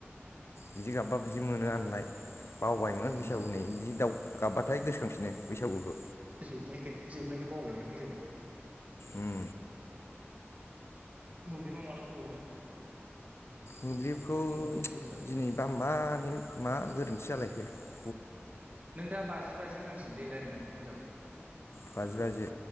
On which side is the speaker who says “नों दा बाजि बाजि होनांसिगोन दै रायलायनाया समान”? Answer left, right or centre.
Right